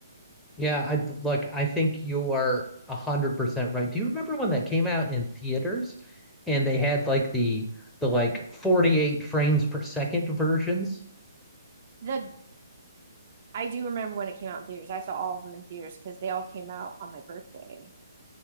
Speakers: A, in the centre; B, on the right.
A: Yeah, I like. I think you are a hundred percent right. Do you remember when that came out in theaters and they had like the the like 48 frames per second versions?
B: The I do remember when it came out in theaters. I saw all of them in theaters because they all came out on my birthday.